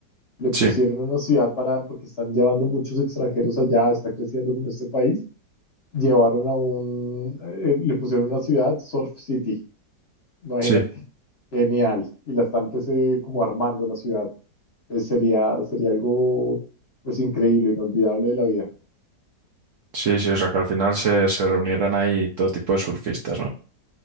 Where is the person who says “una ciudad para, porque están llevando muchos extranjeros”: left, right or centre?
Left